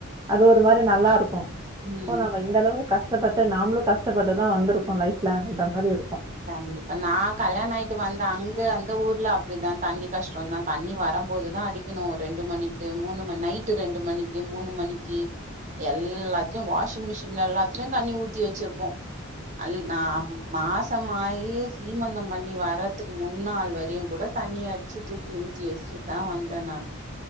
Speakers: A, on the right; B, on the right.
A: அது ஒரு மாரி நல்லாருக்கு அப்போ
B: ம்
A: நம்ம இந்த அளவுக்கு கஷ்டப்பட்டு நாமளு கஷ்டப்பட்டுதா வந்துருக்கோ லைஃப்ல ன்ற மாரி இருக்கு
B: கண்டிப்பா நா கல்யாணோ ஆய்ட்டு வந்த அங்க அந்த ஊர்ல அப்டிதா தண்ணி கஷ்டோ தா தண்ணி வரம்போதுதா அடிக்கணு ஒரு ரெண்டு மணிக்கு மூணு ம நைட்டு ரெண்டு மணிக்கு மூணு மணிக்கு எல்லாத்லியு வாஷின் மிஷின்ல எல்லாத்லியு தண்ணி ஊத்தி வச்சிருப்போ அல் நா மாசமாயி சீமந்தோ பண்ணி வர்ரதுக்கு முன்னாள் வரையு கூட தண்ணி அடிச்சி தூக்கி ஊத்தி வச்சிட்தா வந்தே நானு